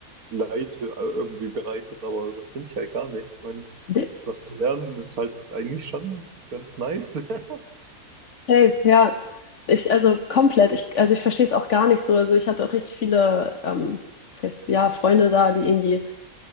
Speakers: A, on the right; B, on the left.
A: Leid äh, irgendwie bereitet, aber das finde ich halt gar nicht. Ich meine,
B: De-
A: was zu lernen ist halt eigentlich schon ganz nice. <laughs>
B: Safe, ja. Ich, also komplett, ich, also ich verstehe es auch gar nicht so. Also ich hatte auch richtig viele, ähm, das heißt, ja, Freunde da, die irgendwie,